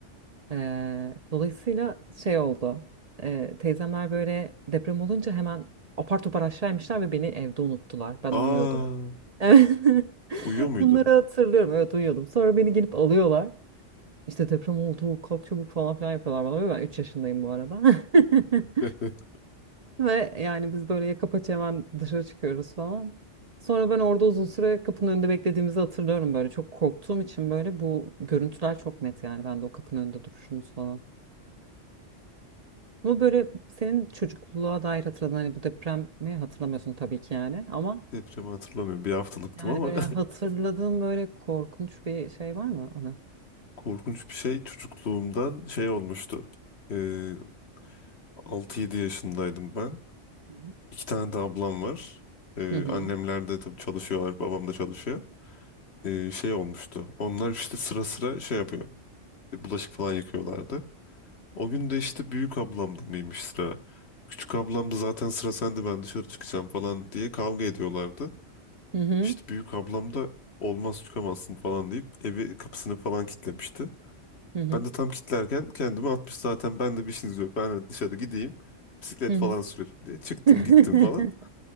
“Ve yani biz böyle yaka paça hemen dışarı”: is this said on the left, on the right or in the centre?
Right